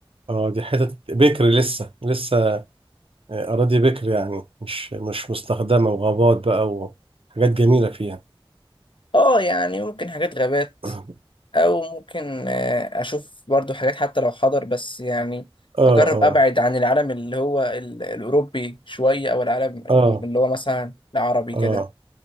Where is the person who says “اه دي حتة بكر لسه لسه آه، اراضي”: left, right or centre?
Right